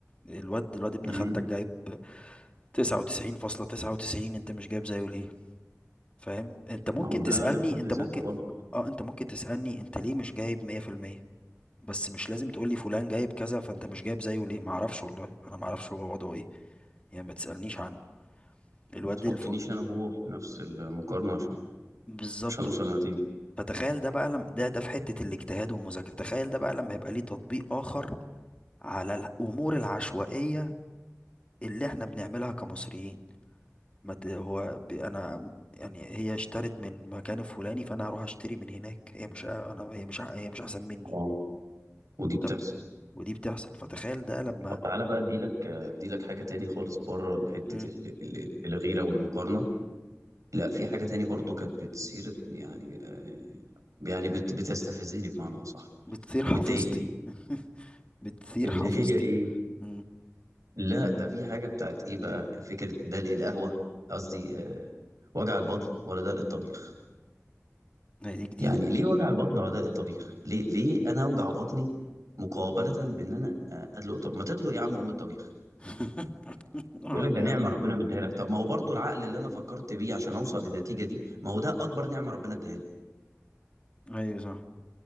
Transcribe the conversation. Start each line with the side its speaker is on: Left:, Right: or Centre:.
Left: الواد الواد ابن
Right: امم
Left: خالتك جايب تسعة وتسعين فاصلة تسعة وتسعين أنت مش جايب زيه ليه فاهم أنت ممكن
Right: ما هو ده
Left: تسألني
Right: ده في حد
Left: أنت
Right: ذاته
Left: ممكن
Right: غلط
Left: اه أنت ممكن تسألني أنت ليه مش جايب مية في المية بس مش لازم تقولي فلان جايب كذا فأنت مش جايب زيه ليه معرفش والله أنا معرفش هو وضعه إيه يعني ما تسألنيش عنه الواد
Right: ما تحطنيش
Left: الفل
Right: انا وهو في نفس المقارنة عشان
Left: بالظبط
Right: مش هنوصل لنتيجة
Left: فتخيل ده بقى لم ده ده في حتة الاجتهاد والمذاكرة تخيل ده بقى لما يبقى ليه تطبيق آخر على الأمور العشوائية اللي احنا بنعملها كمصريين ما ت- هو ب- انا يعني هي اشترت من مكان الفلاني فانا هروح اشتري من هناك هي مش انا هي مش ع- هي مش احسن مني
Right: اه ودي بتحصل
Left: طب ودي بتحصل فتخيل ده لما
Right: طب تعالى بقى اديلك اديلك حاجة تاني خالص بره حتة
Left: مم.
Right: ال- ال- الغيرة والمقارنة لا في حاجة تاني برضو كانت بتصير يعني آه، يعني بت بتستفزني بمعنى أصح
Left: بتثير
Right: وبتضايقني
Left: حافظتي <laughs> بتثير
Right: اللي
Left: حافظتي
Right: هي ايه
Left: مم.
Right: لا ده في حاجة بتاعت ايه بقى فكرة دلق القهوة قصدي آه، وجع البطن ولا دلق الطبيخ
Left: هي دي جديدة
Right: يعني
Left: دي
Right: ليه وجع البطن ولا دلق الطبيخ ليه ليه انا اوجع بطني مقابلة بان انا آه، ادلق طب ما تدلق يا عم ام الطبيخ
Left: <laughs> آه،
Right: يقول لك ده
Left: جا-
Right: نعمة ربنا مديها لك طب ما هو برضو العقل اللي انا فكرت بيه عشان اوصل للنتيجة دي ما هو ده اكبر نعمة ربنا اديها لي
Left: ايوه صح